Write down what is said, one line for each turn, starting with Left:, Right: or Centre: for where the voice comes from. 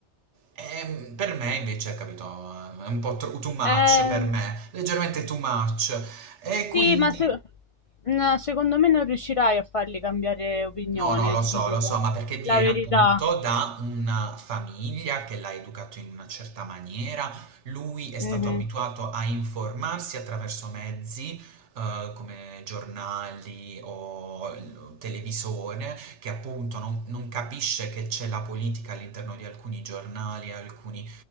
Right: E per me invece, capito, è un po' tro- too much
Left: Eh,
Right: per
Left: eh,
Right: me, leggermente too much. E quindi
Left: sì, ma se no, secondo me non riuscirai a farli cambiare opinione,
Right: No, no, lo
Left: ti
Right: so,
Left: dico
Right: lo so, ma perché viene
Left: la verità.
Right: appunto da una famiglia che l'ha educato in una certa maniera, lui è stato
Left: Mh-mh.
Right: abituato a informarsi attraverso mezzi eh, come giornali o l- televisore, che appunto non, non capisce che c'è la politica all'interno di alcuni giornali, alcune